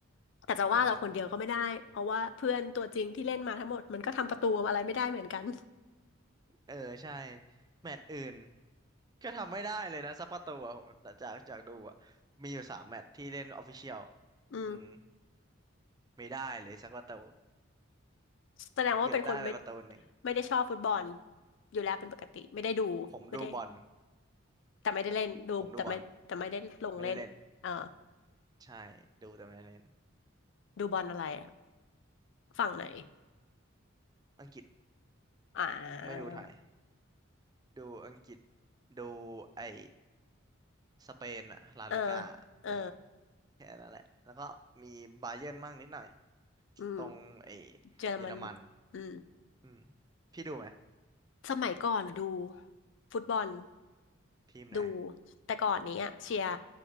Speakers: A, on the left; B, on the right.
A: แต่จะว่าเราคนเดียวก็ไม่ได้
B: เออ
A: เพราะว่าเพื่อนตัวจริงที่เล่นมาทั้งหมดมันก็ทำประตูอะไรไม่ได้เหมือนกัน
B: เออใช่แมตช์อื่นก็ทำไม่ได้เลยนะซัปเปอร์ตัวอะจากจากดูอะมีอยู่สามแมตช์ที่เล่นออฟฟิเชียล
A: <laughs> อืม
B: อืมไม่ได้เลยสักประตู
A: แสดงว่าเป็นคนไม่
B: เกือบได้ไปประตูหนึ่ง
A: ไม่ได้ชอบฟุตบอลอยู่แล้วเป็นปกติไม่ได้ดูไม่ได้
B: ผมดูบอล
A: แต่ไม่ได้เล่นดูแต่ไม่แต่ไม่ได้ลงเล่นเออ
B: ผมดูบอลไม่ได้เล่นใช่ดูแต่ไม่ได้เล่น
A: ดูบอลอะไรอะฝั่งไหน
B: อังกฤษ
A: อ่า
B: ไม่ดูไทยดูอังกฤษดูไอ้สเปนอะลาลิก้าเออ
A: เออเออ
B: แค่นั้นแหละแล้วก็มีบาเยิร์นมั่งนิดหน่อย
A: อืม
B: ตรงไอ้
A: เจอมัน
B: เยอรมัน
A: อืม
B: อืมพี่ดูไหม
A: สมัยก่อนอะดูฟุตบอล
B: ทีมไหน
A: ดูแต่ก่อนเนี้ยเชียร์